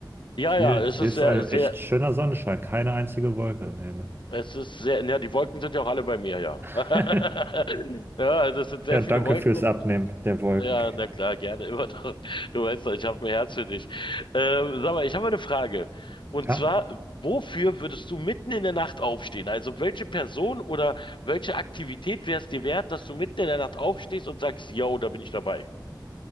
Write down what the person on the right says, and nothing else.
Hier,
hier
ist
ein
echt schöner Sonnenschein, keine einzige Wolke im Himmel.
<laughs>
Ja, danke
fürs
Abnehmen der Wolken.
Ja,